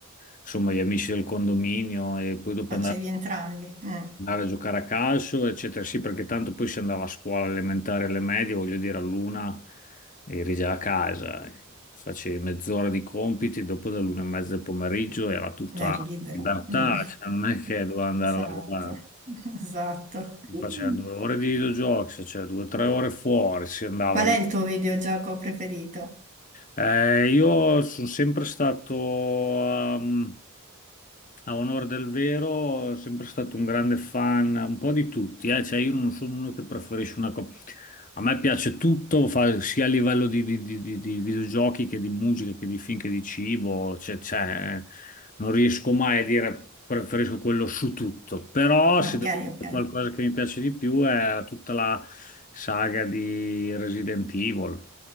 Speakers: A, on the left; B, on the right.
A: insomma gli amici del condominio e poi dopo
B: facevi
A: andare
B: entrambi. mm.
A: andare a giocare a calcio, eccetera. Sì, perché tanto poi si andava a scuola elementare, alle medie, voglio dire, all'una eri già a casa, facevi mezz'ora di compiti, dopo dall'una e mezza del pomeriggio era tutta
B: Dai, libero.
A: libertà,
B: Mm. <laughs>
A: cioè non è che doveva andare
B: Esatto,
A: a lavorare.
B: <laughs> esatto.
A: Si
B: Qual
A: Faceva due ore di videogiochi, cioè due o tre ore fuori, si andava
B: è
A: lì
B: il tuo videogioco preferito?
A: Eh, io sono sempre stato, ehm, a onore del vero, sempre stato un grande fan, un po' di tutti, eh. Cioè, io non sono uno che preferisce una cosa. A me piace tutto, fa- sia a livello di, di- di- di- di videogiochi che di musica, che di film, che di cibo, cioè, cioè, non riesco mai a dire preferisco quello su tutto, però se
B: Ok,
A: devo dire
B: ok.
A: qualcosa che mi piace di più è tutta la saga di Resident Evil.